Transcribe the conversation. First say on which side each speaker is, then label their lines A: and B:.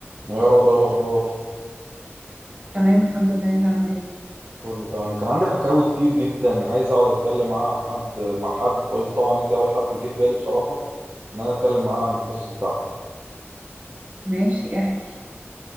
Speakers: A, on the right (about 60°); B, on the right (about 35°).
A: يا رضوى ايه الاخبار
B: تمام الحمد لله انت عامل ايه
A: كله تمام كان عندي حكاوي كتير جدا عايز اقعد اتكلم معاه عن حد مع حد فقلت طبعا انت اول حد جه في بالي بصراحه ان انا اتكلم معاه عن القصص بتاعتي
B: ماشي احكي